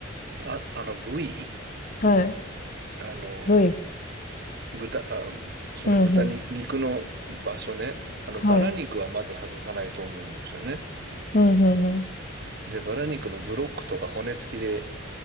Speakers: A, on the right; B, on the left.
A: あ、あの、部位、
B: い。はい。
A: あの、
B: ドイツ
A: 豚、あ、その豚に肉の場所ね。
B: うんうん。
A: あの、
B: はい。
A: バラ肉はまず外さないと思うんですよね。
B: うんうんうん。
A: で、バラ肉のブロックとか骨付きで